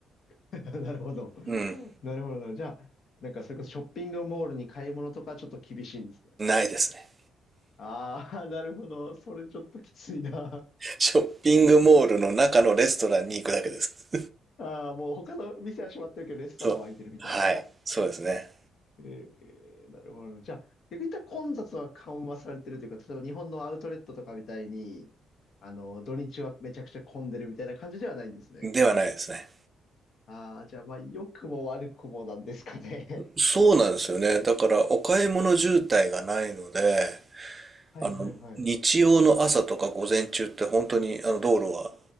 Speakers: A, on the left; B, on the right.
A: <laughs> なるほど。
B: うん。
A: なるほどな。じゃあ、なんかそれこそショッピングモールに買い物とかちょっと厳しいんですね。
B: ないですね。
A: ああ、なるほど。それちょっときついな。
B: ショッピングモールの中のレストランに行くだけです。
A: ああ、もう他の店は閉まってるけど、
B: <laughs>
A: レストランは開いてるみたいな。
B: そう。はい。そうですね。
A: えー、なるほど。じゃあ、逆に言ったら混雑は緩和されてるというか、例えば日本のアウトレットとかみたいに、あの、土日はめちゃくちゃ混んでるみたいな感じではないんですね。
B: ではないですね。
A: ああ、じゃあ、まあ、良くも悪くもなんですかね。
B: そうなんですよね。だから、お買い物渋滞がないので、
A: <laughs> はいはいはい。
B: あの、日曜の朝とか午前中って本当にあの道路は